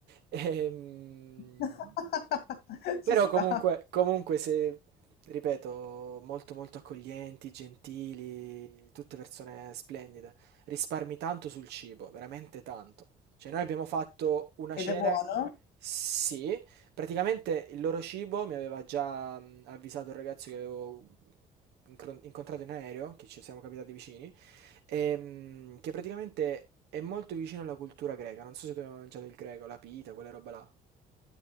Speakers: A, on the right (about 80°); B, on the left (about 80°).
A: e, mm,
B: <laughs>
A: però
B: Ci sta.
A: comunque, comunque se, ripeto, molto molto accoglienti, gentili, tutte persone splendide. Risparmi tanto sul cibo, veramente tanto. Cioè noi abbiamo fatto una
B: Ed
A: cena,
B: è buono?
A: sì, praticamente il loro cibo mi aveva già mh, avvisato un ragazzo che avevo incro- incontrato in aereo, che ci siamo capitati vicini, ehm, che praticamente è molto vicino alla cultura greca. Non so se tu hai mai mangiato il greco, la pita, quella roba là.